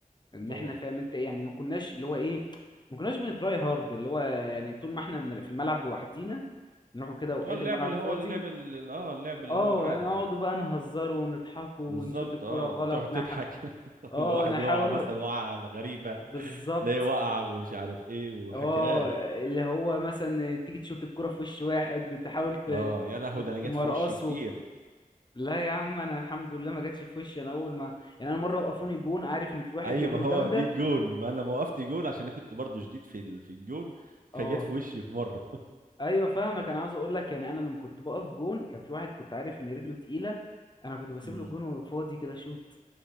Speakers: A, on the left; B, on the right.
A: ان
B: طبعا
A: احنا فاهم انت ايه يعني ما كناش اللي هو ايه ما كناش بنتراي هارد اللي هو يعني طول ما احنا بن- في الملعب لوحدينا نروحوا كده اوقات
B: اه اللعب
A: الملعب
B: اللي هو
A: فاضي
B: اللعب اللي اه اللعب اللي
A: اه
B: هو العادي
A: نقعدوا
B: يعني
A: بقى نهزروا ونضحكوا
B: بالظبط
A: ونشوط الكرة
B: اه
A: غلط
B: تقعد تضحك
A: نح...
B: <laughs>
A: اه
B: والواحد
A: نحاولوا
B: يقع مثلا وقعه غريبه
A: بالظبط
B: ليه وقع ومش عارف ايه وحكايات
A: اه اللي هو مثلا تيجي تشوط الكرة في وش واحد تحاول ت...
B: اه يا لهوي ده انا
A: تمرقصه
B: جت في وشي كتير
A: لا يا عم انا الحمد لله ما جاتش في وشي انا اول ما يعني انا مره وقفوني جون عارف ان في واحد
B: اي
A: رجله
B: ما هو
A: جامده
B: دي جون ما انا ما وقفت جون عشان انا كنت برضو جديد في ال- في الجون
A: اه
B: فجت في وشي في مره
A: ايوه فاهمك انا عاوز اقول لك يعني انا لما كنت بقف جون كان في واحد كنت عارف ان رجله تقيله انا كنت بسيب
B: <laughs> امم
A: له الجون وفاضي كده شوت